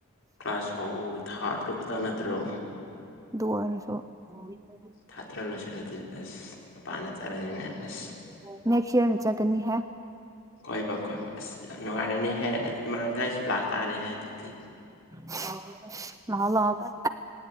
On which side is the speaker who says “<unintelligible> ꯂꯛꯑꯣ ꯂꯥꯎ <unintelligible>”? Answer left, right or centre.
Right